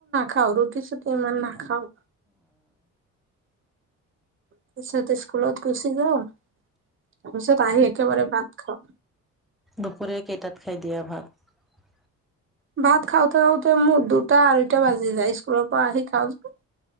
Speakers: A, on the right; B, in the centre.
A: খাওঁ ৰুটি চুটি ইমান নাখাওঁ। তাৰপিছাতে স্কুলত গুচি যাওঁ। তাৰপিছত আহি একেবাৰে ভাত খাওঁ।
B: দুপৰীয়া কেইটাত খাই দিয়া ভাত?
A: ভাত খাওঁতে খাওঁতে মোৰ দুটা আঢ়ৈটা বাজি যায়। স্কুলৰ পৰা আহি খাওঁ যে